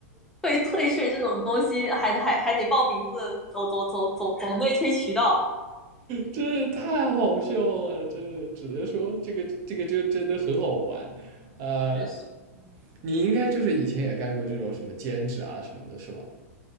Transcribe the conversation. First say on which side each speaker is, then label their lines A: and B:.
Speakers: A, in the centre; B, on the right (about 40°).
A: 退退税这种东西，还还还得报名字，走走走走走内推渠道，
B: 真的太好笑了，真的，只能说这个这个就真的很好玩。呃，
A: 确实，
B: 你应该就是以前也干过这种什么兼职啊什么的，是吧？